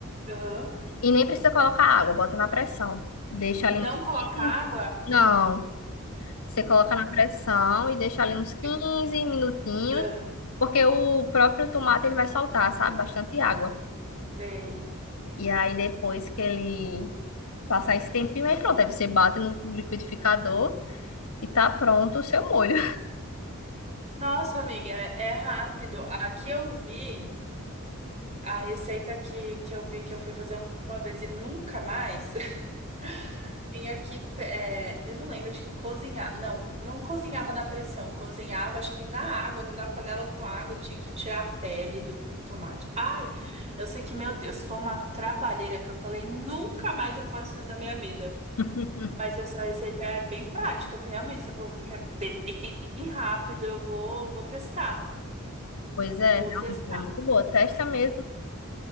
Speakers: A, on the right; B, on the left.
A: Aham.
B: E nem precisa colocar água, bota na pressão. Deixa ali
A: Não
B: uns
A: coloca
B: 15.
A: água?
B: Não, você coloca
A: Ai,
B: na
A: meu
B: pressão e deixa ali uns quinze
A: Deus.
B: minutinhos,
A: Ah,
B: porque o próprio tomate ele vai soltar, sabe? Bastante água.
A: sei.
B: E aí depois que ele passar esse tempinho, aí pronto, aí você bate no liquidificador e tá pronto o seu molho.
A: Nossa, amiga, é é rápido. Aqui eu vi a receita que, que eu vi que eu fui fazer uma vez e nunca mais. <laughs> Tinha que. fe- é, eu não lembro, acho que cozinhar. Não, não cozinhava na pressão. Cozinhava, acho que na água, na panela com água, e tinha que tirar a pele do tomate. Ai, eu sei que, meu Deus, foi uma trabalheira que eu falei, nunca mais eu faço isso na minha vida.
B: <laughs>
A: Mas essa receita é bem prática, realmente. Você falou que é bem rápido. Eu vou, vou testar.
B: Pois é,
A: Vou
B: realmente,
A: testar.
B: ela é muito boa. Testa mesmo